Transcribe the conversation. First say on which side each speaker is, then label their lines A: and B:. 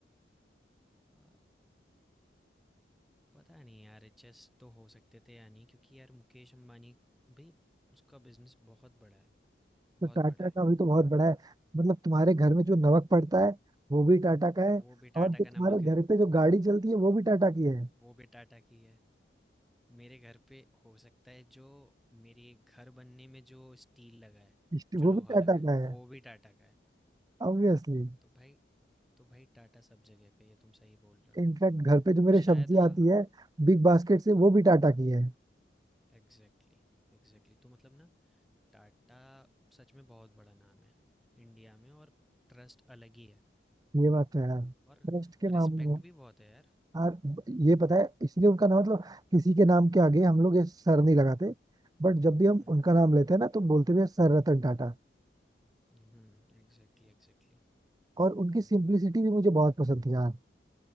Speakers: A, in the centre; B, on the right (about 20°).
A: अ, पता नहीं यार एचएस तो हो सकते थे या नहीं क्योंकि यार मुकेश अंबानी भी उसका बिजनेस बहुत बड़ा है बहुत
B: तो टाटा
A: बड़ा है
B: का भी तो बहुत बड़ा है मतलब तुम्हारे घर में जो नमक पड़ता है वो भी टाटा का है
A: वो भी टाटा
B: और जो तुम्हारे
A: का नमक है
B: घर पे जो गाड़ी चलती है वो भी टाटा की है
A: वो भी टाटा की है मेरे घर पे हो सकता है जो मेरे घर बनने में जो स्टील लगा है
B: इस्ट-
A: जो
B: वो
A: लोहा
B: भी टाटा
A: लगा है
B: का है
A: वो भी टाटा का है
B: ऑब्वियसली
A: तो भाई तो भाई टाटा सब जगह पे ये तुम सही बोल रहे हो
B: इनफैक्ट घर पे जो मेरे
A: शायद
B: सब्जी
A: हाँ
B: आती है बिग बास्केट से
A: हाँ
B: वो भी टाटा की है
A: एग्जैक्टली एग्जैक्टली तो मतलब ना टाटा सच में बहुत बड़ा नाम है इंडिया में और ट्रस्ट अलग ही है
B: ये बात तो है यार
A: और
B: ट्रस्ट के
A: रिस्पेक्ट
B: मामले में
A: भी बहुत है यार।
B: यार ये पता है इसलिए उनका नाम मतलब किसी के नाम के आगे हम लोग ये सर नहीं लगाते बट जब भी हम
A: हुँ।
B: उनका नाम लेते हैं ना तो बोलते भी हैं सर रतन टाटा
A: हुँ, एग्ज़ैक्टली, एग्ज़ैक्टली।
B: और उनकी
A: हुँ,
B: सिंप्लिसिटी भी मुझे बहुत पसंद थी यार